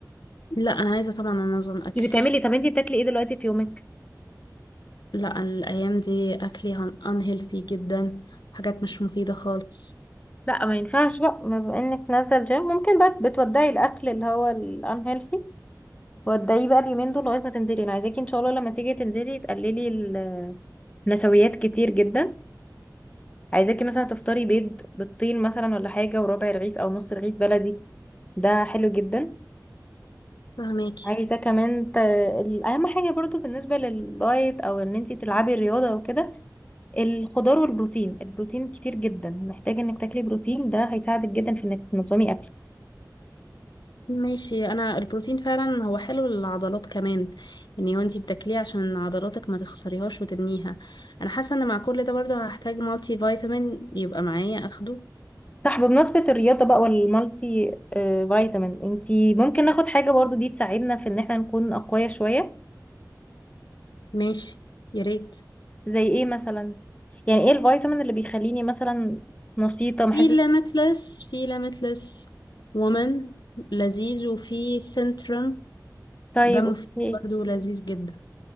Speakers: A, on the left; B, on the left.
A: لا انا عايزة طبعا انظم اكلي
B: انت بتعملي طب انت بتاكلي ايه دلوقتي في يومك
A: لا الأيام دي أكلي unhealthy جدا حاجات مش مفيدة خالص
B: لا ما ينفعش بقى ما بما انك نازله جيم ممكن بقى بتودعي الاكل اللي هو الانهيلثي ودعيه بقى اليومين دول لغايه ما تنزلي انا عايزاكي ان شاء الله لما تيجي تنزلي تقللي ال- النشويات كتير جدا عايزاكي مثلا تفطري بيض بالطين مثلا ولا حاجه وربع رغيف او نص رغيف بلدي ده حلو جدا
A: فهماكي
B: عايزة كمان ت... ال- أهم حاجة برضو بالنسبة للدايت أو إن أنتي تلعبي الرياضة وكده الخضار والبروتين البروتين كتير جدا محتاجة إنك تاكلي بروتين ده هيساعدك جدا في إنك تنظمي أكلك
A: ماشي أنا البروتين فعلا هو حلو للعضلات كمان يعني وانتي بتاكليه عشان عضلاتك ما تخسريهاش وتبنيها أنا حاسة إن مع كل ده برضه هحتاج مالتي فيتامين يبقى معايا أخده
B: صح بمناسبة الرياضة بقى والمالتي آه، فيتامين أنتي ممكن ناخد حاجة برضو دي تساعدنا في إن إحنا نكون أقوياء شوية
A: ماشي يا ريت
B: زي إيه مثلا يعني إيه الفيتامين اللي بيخليني مثلا نشيطة
A: في
B: محسة
A: ليميتلس في ليميتلس وومن لذيذ وفي سنترم
B: طيب
A: ده مفيد
B: أوكي
A: برضه لذيذ جدا